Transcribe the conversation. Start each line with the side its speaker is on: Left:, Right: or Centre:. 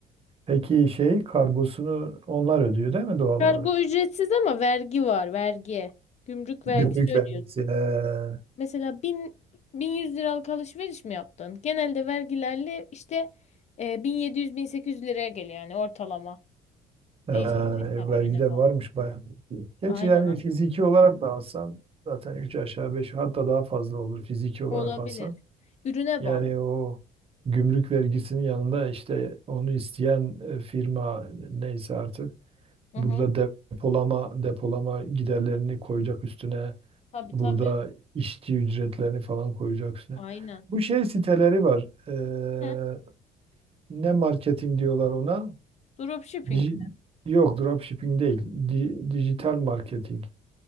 Right: Peki şey kargosunu onlar ödüyor değil mi doğal
Left: Kargo
Right: olarak?
Left: ücretsiz ama vergi var vergi. Gümrük
Right: Gümrük
Left: vergisi ödüyorsun.
Right: vergisi. Ee,
Left: Mesela bin, 1100 liralık alışveriş mi yaptın? Genelde vergilerle işte e, 1700-1800 liraya geliyor yani ortalama.
Right: ee,
Left: Değişebilir
Right: e,
Left: tabii
Right: vergi
Left: ürüne
Right: de
Left: bağlı.
Right: varmış bayağı. Gerçi
Left: Aynen
Right: yani
Left: aynen.
Right: fiziki olarak da alsan zaten 3 aşağı beş hatta daha fazla olur fiziki olarak
Left: olabilir.
Right: alsan.
Left: Ürüne
Right: Yani
Left: bağlı.
Right: o gümrük vergisinin yanında işte onu isteyen e, firma neyse artık
Left: Hı
Right: burada
Left: hı.
Right: depolama depolama giderlerini koyacak üstüne
Left: Tabii
Right: Burada
Left: tabii.
Right: işçi ücretlerini falan koyacaksın.
Left: Aynen.
Right: Bu şey siteleri var. Ee,
Left: He,
Right: ne marketing diyorlar ona?
Left: Dropshipping.
Right: Dij- yok dropshipping değil. Di- dijital marketing.